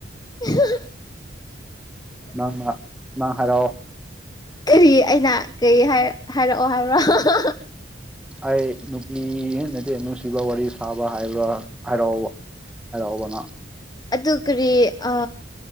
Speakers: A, on the left; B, in the centre.
A: <unintelligible>
B: ꯅꯪꯅ ꯅꯪ ꯍꯥꯏꯔꯛꯑꯣ
A: ꯀꯔꯤ ꯑꯩꯅ ꯀꯔꯤ ꯍꯥꯏ ꯍꯥꯏꯔꯛꯑꯣ ꯍꯥꯏꯕꯔꯣ꯫
B: ꯑꯩ ꯅꯨꯄꯤ ꯍꯩꯅꯗꯦ ꯅꯨꯡꯁꯤꯕ ꯋꯥꯔꯤ ꯁꯥꯕ ꯍꯥꯏꯕ ꯍꯥꯏꯔꯛꯑꯣꯕ꯫ ꯍꯥꯏꯔꯛꯑꯣꯕꯅꯪ꯫
A: ꯑꯗꯨ ꯀꯔꯤ ꯑ